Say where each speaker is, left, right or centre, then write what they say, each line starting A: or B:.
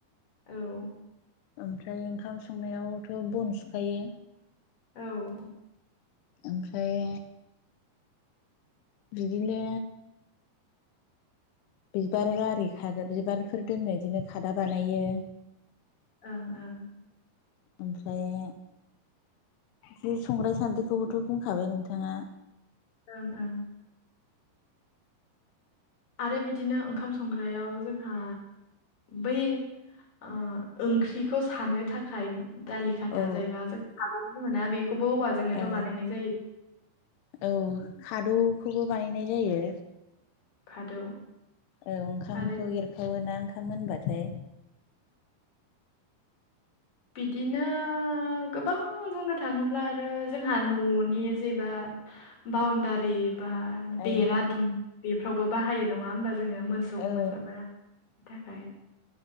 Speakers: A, on the left; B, on the left.
A: औ
B: ओमफ्राय ओंखाम संनायावथ' बन सुखायो।
A: औ
B: ओमफ्राय बिदिनो बिबार बारि खाद बिबारफोर दोननो बिदिनो खादा बानायो।
A: ओं ओं।
B: ओमफ्राय जे संग्राय सान्द्रिखौबोथ' बुंखाबाय नोंथाङा।
A: ओं ओं। आरो बिदिनो ओंखाम संग्रायाव जोंहा बै ओ ओंख्रिखौ सानो थाखाय दालि खाथा
B: औ
A: जायबा जों सागं बुङोना बेखौबो औवा जोंनोथ'
B: औ
A: बानायनाय जायो।
B: औ खादौखौबो बानायनाय जायो।
A: खादौ
B: औ ओंखामखौ
A: आरो
B: एरखावोना ओंखाम मोनबाथाय।
A: बिदिनो गोबां बुंनो थाङोब्ला आरो जोंहा न'नि जेबा बाउणडारि बा
B: औ
A: बेरा दुमो बेफ्रावबो बाहायो नङा होमबा जोङो मोसौ
B: औ
A: मोसाफोरा बेनि थाखाय